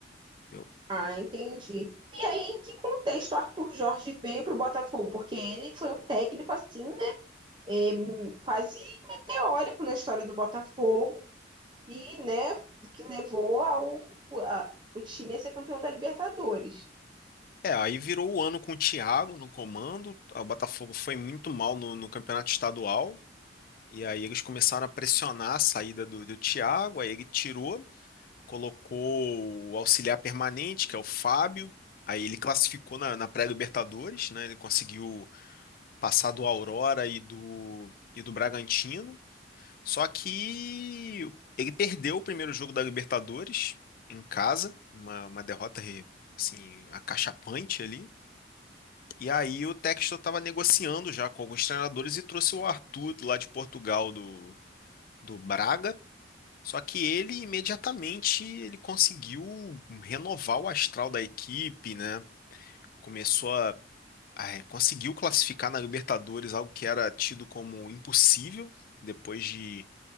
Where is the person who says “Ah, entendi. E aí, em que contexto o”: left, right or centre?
Right